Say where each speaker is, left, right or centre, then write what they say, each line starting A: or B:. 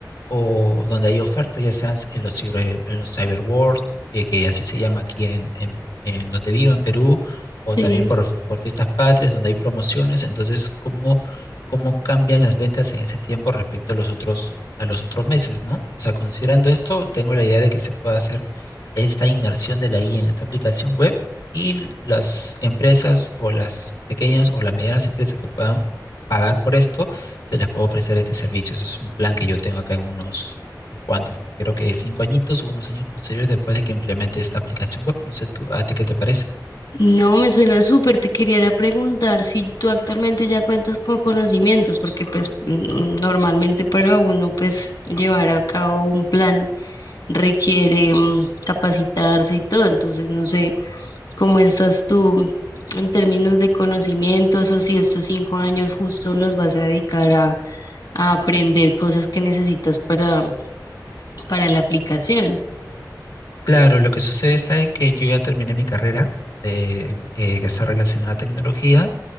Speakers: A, on the left; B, on the left.
A: o donde hay ofertas, ya sean en los, ciber- en los cyber world, eh, que así se llama aquí en, en- en donde vivo, en Perú, o
B: sí.
A: también por, por fiestas patrias, donde hay promociones. Entonces, ¿cómo, cómo cambian las ventas en ese tiempo respecto a los otros, a los otros meses, ¿no? O sea, considerando esto, tengo la idea de que se pueda hacer esta inmersión de la IA en esta aplicación web y las empresas o las pequeñas o las medianas empresas que puedan pagar por esto se les puede ofrecer este servicio. Ese es un plan que yo tengo acá en unos cuantos, creo que cinco añitos o unos años posteriores después de que implemente esta aplicación web. No sé, tú, ¿a ti qué te parece?
B: No, me suena súper. Te quería era preguntar si tú actualmente ya cuentas con conocimientos, porque pues mm, normalmente para uno pues llevar a cabo un plan requiere mm, capacitarse y todo. Entonces, no sé ¿Cómo estás tú en términos de conocimientos o si estos cinco años justo los vas a dedicar a, a aprender cosas que necesitas para, para la aplicación?
A: Claro, lo que sucede está en que yo ya terminé mi carrera eh, eh, que está relacionada a tecnología.